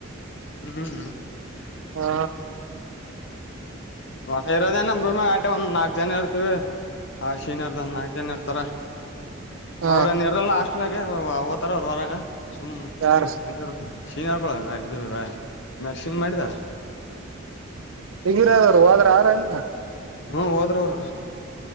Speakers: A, on the left (about 55°); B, on the right (about 75°).
A: ಹ್ಮ್
B: ಹಾ
A: ಹ ಇರೋದೇ ನೂಮ ಆಟೆ ಒಂದ್ ನಾಲ್ಕ್ ಜನ ಇರ್ತವಿ ಹ ಶನ್ರ್ದ ನಾಕಕ್ ಜನ ಇರ್ತಾರ
B: ಹ
A: ಅವ್ರ ನ್ ಇರಲ್ಲ ಹಾಸ್ಟ್ಲಾಗ ಓತಾರ ಅವರು ಹೊರಾಗ ಸುಮ್
B: ಯಾರ
A: ಹಾಗವರು ಶಿಂಗ್ ಹಾರ್ಕೊಳ ಬ ಇದು ಬ ನರ್ಸಿಂಗ್ ಮಾಡಿದಾರ
B: ಹಗಿರದರು ಹದ್ರ ಆರನ್
A: ಹ್ಮ ಹೋದ್ರ ಅವರು